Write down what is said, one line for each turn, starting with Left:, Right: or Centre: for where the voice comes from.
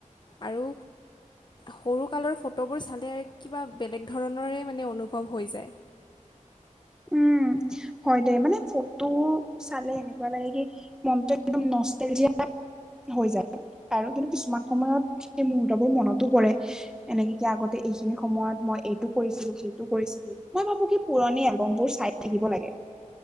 Left: আৰু সৰু কালৰ ফটোবোৰ চালে কিবা বেলেগ ধৰণৰে মানে অনুভৱ হৈ যায়।
Centre: উম। হয় দে মানে ফটো চালে এনেকুৱা লাগে কি মনটো একদম নষ্টেলজিয়া হৈ যায় আৰু কিন্তু কিছুমান সময়ত সেই মুহুৰ্তবোৰ মনতো পৰে এনেকে কি আগত এইখিনি সময়ত মই এইটো কৰিছিলোঁ, সেইটো কৰিছিলোঁ মই ভাবো কি পুৰণি বম বোৰ চাই থাকিব লাগে।